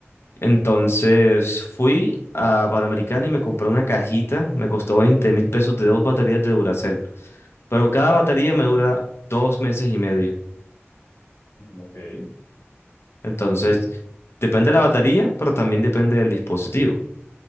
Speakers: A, on the left (about 60°); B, on the left (about 85°).
A: Entonces fui a Panamericana y me compré una cajita. Me costó 20 mil pesos de dos baterías de Duracell. Pero cada batería me dura dos meses y medio.
B: Mm, Ok.
A: Entonces,
B: Ve-
A: depende de la batería, pero también depende del dispositivo.